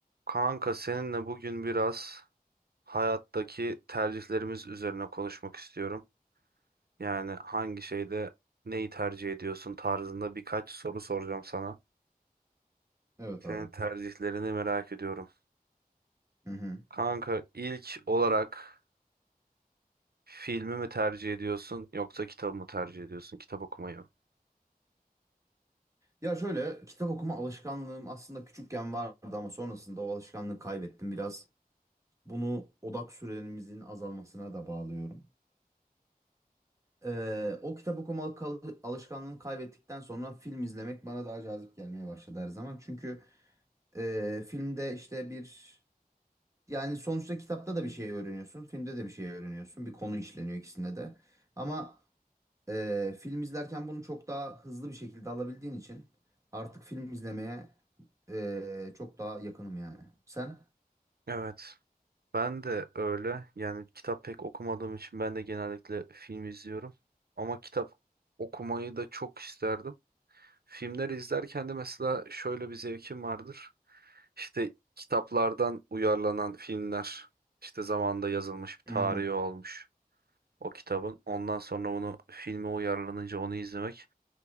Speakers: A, on the right; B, on the right.
A: Kanka seninle bugün biraz hayattaki tercihlerimiz üzerine konuşmak istiyorum. Yani hangi şeyde neyi tercih ediyorsun tarzında birkaç soru soracağım sana.
B: Evet
A: Senin
B: abi.
A: tercihlerini merak ediyorum.
B: Hı.
A: Kanka ilk olarak filmi mi tercih ediyorsun yoksa kitabı mı tercih ediyorsun? Kitap okumayı mı?
B: Ya şöyle kitap okuma alışkanlığım aslında küçükken vardı ama sonrasında o alışkanlığı kaybettim biraz. Bunu odak süremizin azalmasına da bağlıyorum. Ee, o kitap okuma kal- alışkanlığını kaybettikten sonra film izlemek bana daha cazip gelmeye başladı her zaman. Çünkü e, filmde işte bir yani sonuçta kitapta da bir şey öğreniyorsun, filmde de bir şey öğreniyorsun. Bir konu işleniyor ikisinde de. Ama Ee, film izlerken bunu çok daha hızlı bir şekilde alabildiğin için artık film izlemeye ee, çok daha yakınım yani. Sen?
A: Evet. Ben de öyle. Yani kitap pek okumadığım için ben de genellikle film izliyorum. Ama kitap okumayı da çok isterdim. Filmleri izlerken de mesela şöyle bir zevkim vardır. İşte kitaplardan uyarlanan filmler, işte zamanında yazılmış bir
B: Hı
A: tarihi
B: hı.
A: olmuş o kitabın. Ondan sonra onu filme uyarlanınca onu izlemek